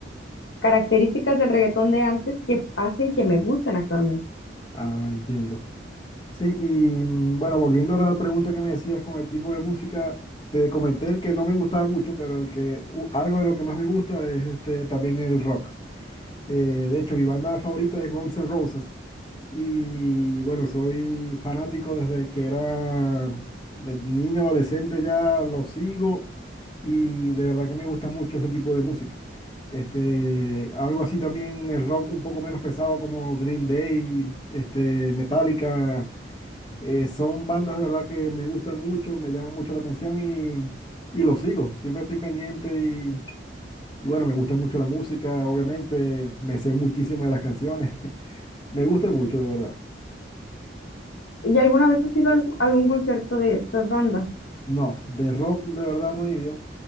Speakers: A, on the left; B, on the left.
A: características del reggaetón de antes que hacen que me gusten actualmente.
B: Ah, entiendo. Sí, y mm, bueno, volviendo a la pregunta que me decías con el tipo de música, te comenté el que no me gustaba mucho, pero el que u- algo de lo que más me gusta es este, también el rock. Eh, de hecho, mi banda favorita es Guns N' Roses. Y bueno, soy fanático desde que era de niño, adolescente, ya lo sigo y de verdad que me gusta mucho ese tipo de música. Este, algo así también el rock un poco menos pesado como Green Day, este, Metallica. Eh, son bandas de verdad que me gustan mucho, me llaman mucho la atención y, y lo sigo. Siempre estoy pendiente y, y bueno, me gusta mucho la música, obviamente, me sé muchísimas de las canciones. <laughs> Me gusta mucho, de verdad.
A: ¿Y alguna vez has ido a algún concierto de estas bandas?
B: No, de rock de verdad no he ido.